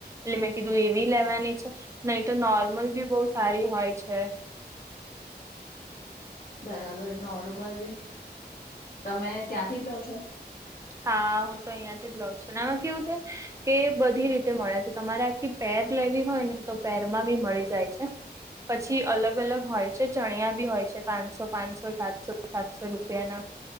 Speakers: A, on the right (about 15°); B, on the left (about 50°).
A: એટલે મેં કીધું એવી લેવાની છે નહી તો નોર્મલ બી બહુ સારી હોય છે.
B: બરાબર નોર્મલ ભી તમે ત્યાંથી જ લો છો.
A: હા હું તો અહિયાં થી જ લઉં છું આમાં કેવું છે. કે બધી રીતે મળે છે તમારે આખી પેર લેવી હોય ને તો પેર માં બી મળી જાય છે.
B: હ.
A: પછી અલગ અલગ હોય છે ચણિયા બી હોય છે પાંચસો પાંચસો સાતસો સાતસો રૂપિયાના